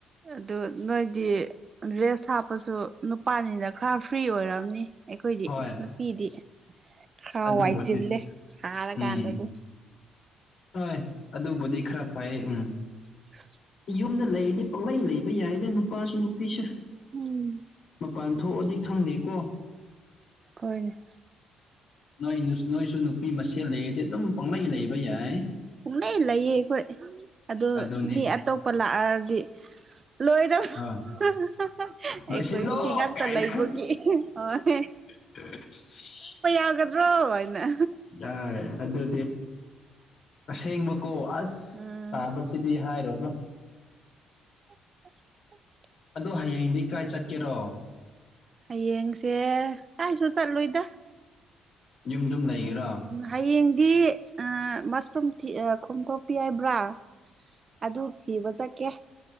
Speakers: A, on the right; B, on the left.
A: ꯑꯗꯨ ꯅꯣꯏꯗꯤ ꯔꯦꯁ ꯍꯥꯞꯄꯁꯨ ꯅꯨꯄꯥꯅꯤꯅ ꯈꯔ ꯐ꯭ꯔꯤ ꯑꯣꯏꯔꯝꯅꯤ ꯑꯩꯈꯣꯏꯗꯤ
B: ꯍꯣꯏ
A: ꯅꯨꯄꯤꯗꯤ ꯈꯔ
B: ꯑꯗꯨꯕꯨꯗꯤ
A: ꯋꯥꯏ ꯆꯤꯜꯂꯦ ꯁꯥꯔꯀꯥꯟꯗꯗꯤ
B: ꯎꯝ ꯍꯣꯏ ꯑꯗꯨꯕꯨꯗꯤ ꯈꯔ ꯐꯩ ꯎꯝ
A: <unintelligible>
B: ꯌꯨꯝꯗ ꯂꯩꯗꯤ ꯄꯥꯛꯂꯩ ꯂꯩꯕ ꯌꯥꯏꯗ ꯅꯨꯄꯥꯁꯨ ꯅꯨꯄꯤꯁꯨ
A: ꯎꯝ
B: ꯃꯄꯥꯟ ꯊꯣꯛꯑꯗꯤ ꯈꯪꯅꯩꯀꯣ
A: ꯍꯣꯏꯅꯦ
B: ꯅꯣꯏ ꯅꯣꯏꯁꯨ ꯅꯨꯄꯤ ꯃꯁꯦꯜ ꯂꯩꯗꯤ ꯑꯗꯨꯝ ꯄꯪꯂꯩ ꯂꯩꯕ ꯌꯥꯏ
A: ꯄꯨꯡꯂꯩ ꯂꯩꯌꯦ ꯑꯩꯈꯣꯏ ꯑꯗꯨ
B: ꯑꯗꯨꯅꯦ
A: ꯃꯤ ꯑꯇꯣꯞꯄ ꯂꯥꯛꯑꯔꯗꯤ ꯂꯣꯏꯔꯕꯣ
B: ꯍꯣꯏ
A: <unintelligible> ꯑꯩꯈꯣꯏ
B: ꯂꯣꯏꯁꯤꯜꯂꯣ
A: ꯅꯨꯄꯤ ꯉꯥꯛꯇ
B: ꯀꯥꯏꯅ
A: ꯂꯩꯕꯒꯤ ꯍꯣꯏ
B: <unintelligible>
A: ꯒꯥꯗ꯭ꯔꯣ ꯍꯥꯏꯅ
B: ꯑ ꯑꯗꯨꯗꯤ ꯑꯁꯦꯡꯕꯀꯣ ꯑꯁ
A: ꯎꯝ
B: ꯆꯥꯕ ꯁꯤꯗꯤ ꯍꯥꯏꯔꯣꯅ‌ꯣ
A: <unintelligible>
B: ꯑꯗꯨ ꯍꯌꯦꯡꯗꯤ ꯀꯥꯏ ꯆꯥꯠꯀꯦꯔꯣ
A: ꯍꯌꯦꯡꯁꯦ ꯀꯥꯏꯁꯨ ꯆꯠꯂꯣꯏꯗ
B: ꯌꯨꯝ ꯗꯨꯝ ꯂꯩꯒꯦꯔꯣ
A: ꯍꯌꯦꯡꯗꯤ ꯃꯁꯔꯨꯝ ꯈꯣꯝꯗꯣꯛꯄꯤ ꯍꯥꯏꯕ꯭ꯔꯥ ꯑꯗꯨ ꯊꯤꯕ ꯆꯠꯀꯦ